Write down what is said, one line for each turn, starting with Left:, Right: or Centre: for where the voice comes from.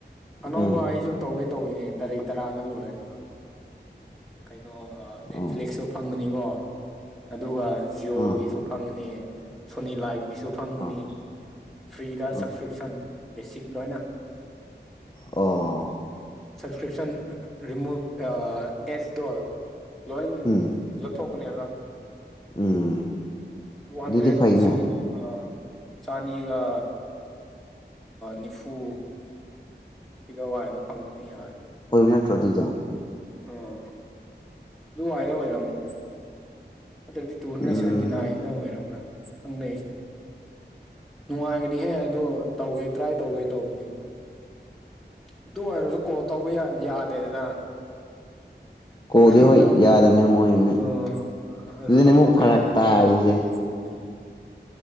Centre: ꯑꯅꯧꯕ
Left: ꯎꯝ
Centre: ꯑꯩꯁꯨ ꯇꯧꯒꯦ ꯇꯧꯋꯤꯅꯦ ꯇꯔꯤꯛ ꯇꯔꯥꯗ ꯂꯣꯏꯔꯅꯤꯕ꯫ ꯀꯩꯅꯣ ꯅꯦꯠꯐ꯭ꯂꯤꯛꯁꯁꯨ
Left: ꯎꯝ
Centre: ꯐꯪꯒꯅꯤꯀꯣ ꯑꯗꯨꯒ ꯖꯤꯌꯣꯒꯤꯁꯨ
Left: ꯎꯝ
Centre: ꯐꯪꯉꯅꯤ ꯁꯣꯅꯤ ꯂꯥꯏꯚꯒꯤꯁꯨ ꯐꯪꯉꯅꯤ
Left: ꯎꯝ
Centre: ꯐ꯭ꯔꯤꯗ
Left: ꯎꯝ
Centre: ꯁꯞꯁꯀ꯭ꯔꯤꯞꯁꯟ ꯕꯦꯁꯤꯛ ꯂꯣꯏꯅ꯫
Left: ꯑꯣ꯫
Centre: ꯁꯞꯁꯀ꯭ꯔꯤꯞꯁꯟ ꯔꯤꯃꯨꯚ ꯑꯦꯁꯗꯣ ꯂꯣꯏ
Left: ꯎꯝ
Centre: ꯂꯧꯊꯣꯛꯀꯅꯦ ꯍꯥꯏꯕ
Left: ꯎꯝ
Centre: ꯇꯨ ꯍꯟꯗ꯭ꯔꯦꯠ
Left: ꯑꯗꯨꯗꯤ ꯐꯩꯅꯦ
Centre: ꯁꯚꯦꯟ ꯑ ꯆꯅꯤꯒ ꯅꯤꯐꯨ ꯁꯤꯗꯣ ꯋꯥꯏꯗꯣ ꯐꯪꯗꯅ ꯌꯥꯔꯦ꯫
Left: ꯑꯣꯏꯕꯩ ꯅꯇ꯭ꯔꯣ ꯑꯗꯨꯏꯗꯣ꯫
Centre: ꯑ꯫ ꯑꯗꯨ ꯋꯥꯏꯗ ꯑꯣꯏꯔꯝꯅꯤ꯫ ꯑꯗꯨꯗꯤ ꯇꯨ ꯍꯟꯗ꯭ꯔꯦꯗ
Left: ꯎꯝ
Centre: ꯁꯚꯦꯟꯇꯤ ꯅꯥꯏꯗ ꯑꯣꯏꯔꯕ꯭ꯔꯥ ꯈꯪꯗꯦ ꯑꯩꯁꯨ꯫ ꯅꯨꯡꯉꯥꯏꯒꯅꯤꯍꯦ ꯑꯗꯨ ꯇꯧꯒꯦ ꯇ꯭ꯔꯥꯏ ꯇꯧꯒꯦ ꯇꯧꯋꯤꯅꯦ ꯑꯩꯁꯨ꯫ ꯑꯗꯨ ꯑꯣꯏꯔꯁꯨ ꯀꯣꯜ ꯇꯧꯕ ꯌꯥꯗꯦꯗꯅ꯫
Left: ꯀꯣꯜꯗꯤ
Centre: ꯑꯗꯨꯅ
Left: ꯍꯣꯏ ꯌꯥꯗꯕꯅꯦ ꯃꯣꯏꯅ
Centre: ꯑꯥ ꯑꯗꯨꯅ
Left: ꯑꯗꯨꯅꯦ ꯑꯃꯨꯛ
Centre: ꯄ꯭ꯔꯣꯕꯂꯦꯝ
Left: ꯐꯔꯛ
Centre: ꯑꯃ꯫
Left: ꯇꯥꯔꯤꯁꯦ
Centre: ꯎꯝ꯫